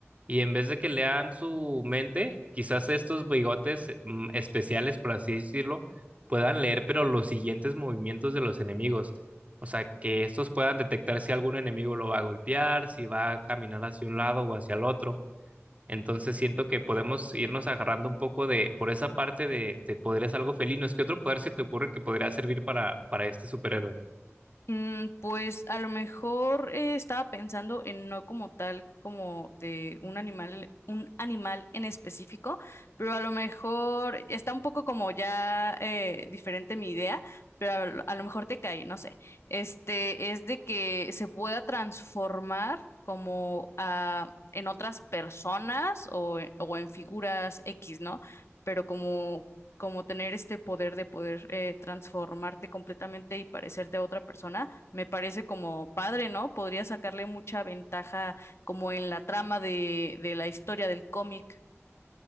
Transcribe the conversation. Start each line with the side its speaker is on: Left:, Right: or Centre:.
Right: Y en vez de que lean su mente, quizás estos bigotes eh, mm, especiales, por así decirlo, puedan leer, pero los siguientes movimientos de los enemigos. O sea, que estos puedan detectar si algún enemigo lo va a golpear, si va a caminar hacia un lado o hacia el otro. Entonces siento que podemos irnos agarrando un poco de, por esa parte de, de poderes algo felinos. ¿Qué otro poder se te ocurre que podría servir para, para este superhéroe?
Left: Mm, pues a lo mejor eh, estaba pensando en no como tal, como de un animal, un animal en específico, pero a lo mejor está un poco como ya eh, diferente mi idea, pero a, lo a lo mejor te cae, no sé. Este es de que se pueda transformar como a, en otras personas o, en- o en figuras X, ¿no? Pero como como tener este poder de poder eh, transformarte completamente y parecerte a otra persona, me parece como padre, ¿no? Podría sacarle mucha ventaja como en la trama de, de la historia del cómic.